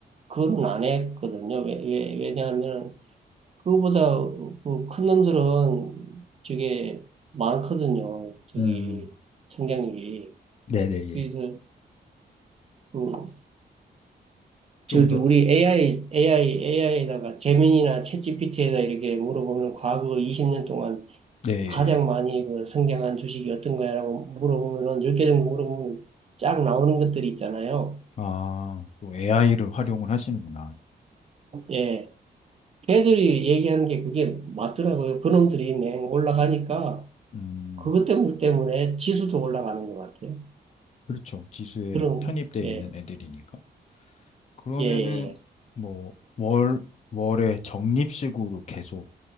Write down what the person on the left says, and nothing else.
음,
네네, 예.
좀
더,
네. 예.
예.
아, 또 AI를 활용을 하시는구나.
음,
그렇죠. 기수에
편입돼
있는 애들이니까. 그러면은
뭐 월, 월에 적립식으로 계속